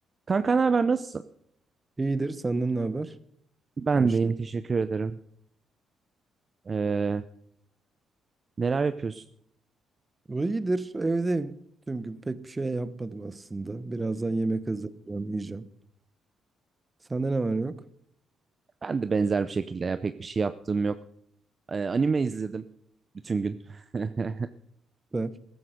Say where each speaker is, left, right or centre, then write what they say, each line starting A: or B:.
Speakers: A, on the right (about 30°); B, on the right (about 15°).
A: Kanka ne haber nasılsın?
B: İyidir. Senden ne haber?
A: Ben
B: Her şey.
A: deyim teşekkür ederim. Ee, neler yapıyorsun?
B: iyidir. Evdeyim. Tüm gün pek bir şey yapmadım aslında. Birazdan yemek hazırlayacağım, yiyeceğim. Sende ne var ne yok?
A: Ben de benzer bir şekilde ya pek bir şey yaptığım yok. Ee, anime izledim bütün gün. <laughs>
B: Süper.